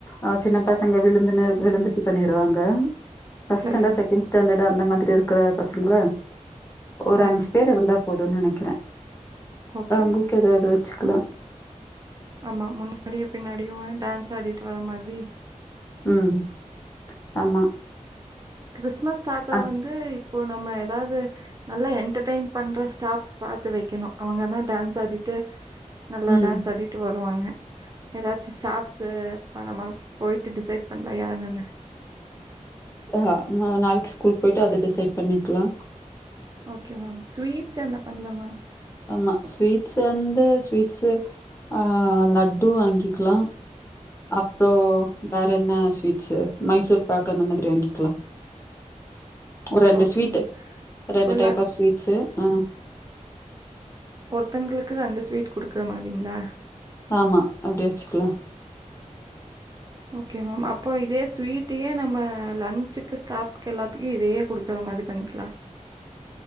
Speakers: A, on the left; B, on the right.
A: ஹ சின்ன பசங்க விழுந்துன்னு விழுந்துட்டு பண்ணிருவாங்க பஸ்ட்
B: சரி
A: ஸ்டாண்ட
B: மேம்
A: செகண்ட் ஸ்டாண்டர்ட அந்தமாதிரி இருக்ற ப்ப சொல்ல ஒரு
B: ஆ
A: அஞ்சு பேரு இருந்தா போதுங்கற கிறே
B: ஓகே
A: உங்குளுக்கு
B: மேம்
A: எதாவ்து வச் ச்சுக்கலா
B: ஆமா முன்னாடியு பின்னாடியு ஹ டான்ஸ் ஆடிட் ட்றர மாதி
A: உம் ஆமா
B: க்ரிஸ்மஸ் தாத்தா
A: அ,
B: வந்து ப்போ நம்ம எதாவ்து நல்ல என்டர்டய்ன் பண்ற ஸ்டாப்ஸ் பாத்து வைக்கணும் அவங்கனா டான்ஸ் ஆடிட்டே நல்லா
A: ம்
B: டான்ஸ் ஆடிட்டு வர் வாங்க எதாச்சு ஸ்டாப்ஸ்சு <unintelligible> போய்ட்டு டிசைட் பண்ல யாருனு
A: ஆஹ நாளிக்கு ஸ்கூல்க் போய்ட்டு வந்துட்டு செட் பண்ணிக்லா
B: ஓக்கே மேம் ஸ்வீட்ஸ் என்ன பண்லாம் மேம்
A: ஆமா ஸ்வீட்ஸ் வந்து ஸ்வீட்ஸ் ஆஹ் லட்டு வாங்கிகலாம் அப்றோ வேற என்ன ஸ்வீட்ஸ்ஸூ மைசூர் பாக்கு அந்த மாதிர் வாங்கிக்கலா ஒரு ரெண்டு
B: ஓகே
A: ஸ்வீட்
B: மேம். இப்போ
A: ரெண்டு டைப்
B: லட்
A: ஆப் ஸ்வீட்ஸு உம்
B: ஒருத்தங்களுக்கு ரண்டு ஸ்வீட் குடுக்குற மாரிங்ளா
A: ஆமா அப்படி வச்சுக்கலாம்
B: ஓக்கே மேம் அப்போ இதே ஸ்வீட்டயே நம்ம லஞ்ச்சுக்கு ஸ்டாப்ஸ்க் எல்லாத்தியும் இதே குடுக்குற மாதி பண்ணிக்கலா